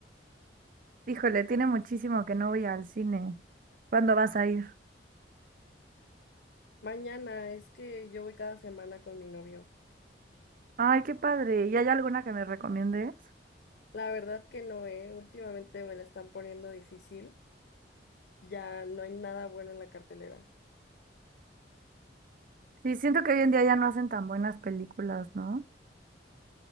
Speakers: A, on the right; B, on the left.
A: Híjole, tiene muchísimo que no voy al cine. ¿Cuándo vas a ir?
B: Mañana es que yo voy cada semana con mi novio.
A: Ay, qué padre. ¿Y hay alguna que me recomiendes?
B: La verdad que no, eh. Últimamente me la están poniendo difícil. Ya no hay nada bueno en la cartelera.
A: Sí, siento que hoy en día ya no hacen tan buenas películas, ¿no?